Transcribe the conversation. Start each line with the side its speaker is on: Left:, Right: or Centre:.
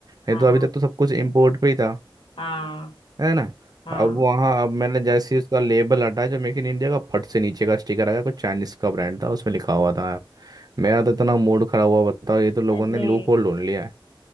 Right: नहीं
Left: हाँ
Right: तो अभी तक तो सब कुछ इम्पोर्ट पे ही था
Left: हाँ
Right: है ना
Left: हाँ
Right: अब वहाँ अब मैंने जैसे ही उसका लेबल हटाया जो मेक इन इंडिया का फट से नीचे का स्टिकर आ गया कुछ चाइनीज का ब्रांड था उसमें लिखा हुआ था यार मेरा तो इतना मूड खराब हुआ बताओ ये तो लोगों
Left: अरे
Right: ने लूप होल ढूंढ लिया है